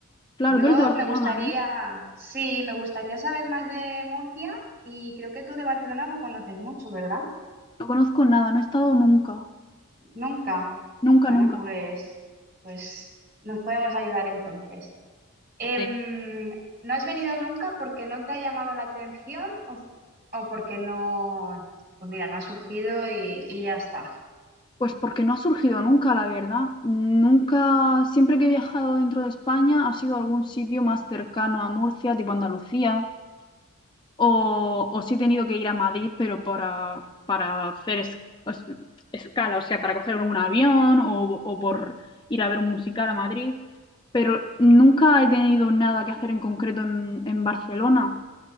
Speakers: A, on the left (about 20°); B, on the right (about 40°).
A: claro,
B: yo
A: tú eres de Barcelona,
B: me gustaría,
A: ¿no?
B: sí, me gustaría saber más de Murcia y creo que tú de Barcelona no conoces mucho, ¿verdad?
A: No conozco nada, no he estado nunca,
B: Nunca.
A: nunca,
B: Bueno,
A: nunca.
B: pues, pues nos podemos ayudar entonces. Em,
A: Sí.
B: ¿no has venido nunca porque no te ha llamado la atención o, o porque no, pues mira, no ha surgido y, y ya está?
A: Pues porque no ha surgido nunca, la verdad. Nunca, siempre que he viajado dentro de España ha sido algún sitio más cercano a Murcia, tipo Andalucía. o, o sí he tenido que ir a Madrid, pero para, para hacer es- es- escala, o sea, para coger un avión o, o por ir a ver un musical a Madrid, pero nunca he tenido nada que hacer en concreto en, en Barcelona.